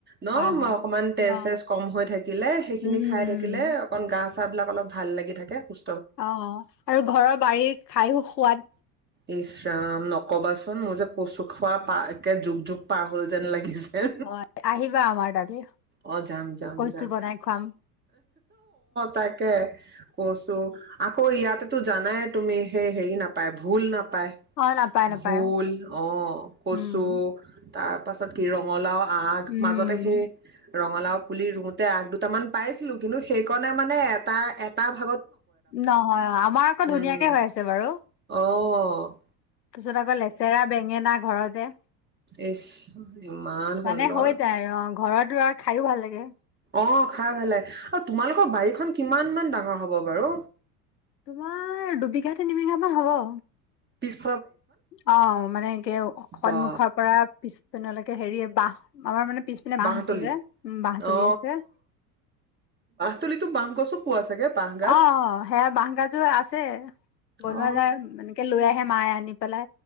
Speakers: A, on the right; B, on the left.
A: ন
B: হয় হয়
A: অকমান তেজ
B: অ
A: চেজ কম হৈ থাকিলে, সেইখিনি
B: উম
A: খায়
B: উম
A: থাকিলে অকণমান গাত গা বিলাক অলপ ভাললাগি থাকে। খুচ
B: অ', অ', আৰু ঘৰৰ বাৰীত খাইও খুৱাদ।
A: ইছৰাম নকবা চোন, মোৰ যে কচু খোৱা পা একে যোগ যোগ পাৰ হ'ল যেন লাগিছ এ।
B: হয় আহিবা আমাৰ তালৈ
A: অ, যাম যাম
B: কচু
A: যাম।
B: বনাই খুৱাম
A: তাকে কচু অ ইয়াতেটো জানাই তুমি হে হেৰি নাপাই বুলি। ভোল নাপ পায়।
B: অ নাপায় নাপায়
A: ভোল, অ কচু।
B: উম
A: তাৰপিছত কি ৰঙালাও আগ,
B: উম,
A: মাজতে সেই ৰঙালাও পুলি ৰোতে আগ দুটা মান পাইছিলোঁ। কিন্তু সেইকণে মানে এটাৰ এটাৰ ভ
B: নহয় অ'। আমাৰ আকৌ
A: উম
B: ধুনীয়াকৈ হৈ আছে বাৰু।
A: অ', অ'
B: পিছত, আকৌ লেছেৰা, বেঙেনা ঘৰতে।
A: ঈশ্, ইমান
B: মানে
A: সুন্দৰ!
B: হৈ যায় আৰু অ' ঘৰত ৰোৱা, খাইও ভাল লা লাগে।
A: অ'‌, খাই ভাল লাগে। অ, তোমালোকৰ বাৰীখন কিমানমান ডাঙৰ হ'ব বাৰু?
B: তোমাৰ, দুবিঘা, তিনিবিঘামান হ'ব।
A: <inaudible>
B: অ', মানে, একে সন্মুখৰ
A: বা
B: পৰা পিছ পিনলৈকে হেৰি বাঁহ, আমাৰ মানে, পিছপিনে বাঁহ
A: বাঁহতলী
B: আছে যে। উম, বাঁহতলি
A: অ
B: আছে।
A: তলিটো, বাঁহগছো পোৱা চাগে বাঁহ গাজ।
B: অ', সেইয়া বাঁহগাজো আছ ছে। বনোৱা
A: অ
B: যায়। এনেকৈ লৈ আহে মায়ে, আনি পেলাই,